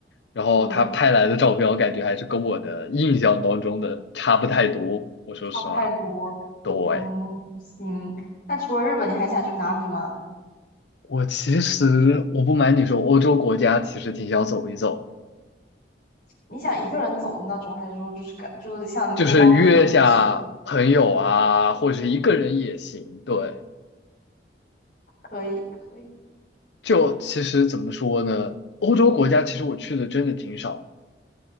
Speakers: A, on the left; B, on the left.
A: 然后他拍来的照片，
B: 嗯，
A: 我感觉还是跟我的印象当中的差不太多。我说实话，
B: 差不太多，
A: 对。
B: 嗯行。那除了日本，你还想去哪里吗？
A: 我其实我不瞒你说，欧洲国家其实挺想走一走，
B: 你想一个人走的那种，还是说就是感就是像背包客，
A: 就是约下朋友啊，
B: 还是
A: 或者是一个人也行。对，
B: 可以可以？
A: 就其实怎么说呢，欧洲国家其实我去的真的挺少，